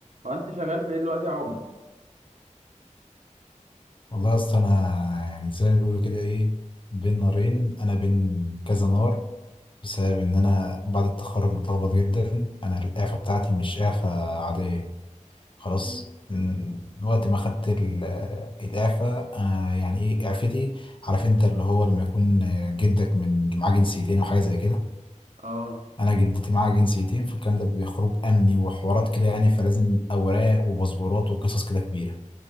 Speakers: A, on the right; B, on the left.
A: هو انت شغال في ايه دلوقتي يا عمر
B: والله يا اسطى انا يعني زي ما بيقولوا كده ايه بين نارين انا بين كذا نار بسبب ان انا بعد التخرج متلخبط جدا انا الاعفاء بتاعتي مش اعفاء عاديه خلاص
A: مم.
B: من وقت ما خدت ال- الاعفاء انا يعني ايه اعفتي عارف انت اللي هو لما يكون جدك من معاه جنسيتين او حاجه زي كده
A: اه
B: انا جدتي معاها جنسيتين فالكلام ده بيخرج امني وحوارات كده يعني فلازم اوراق وباسبورات وقصص كده كبيره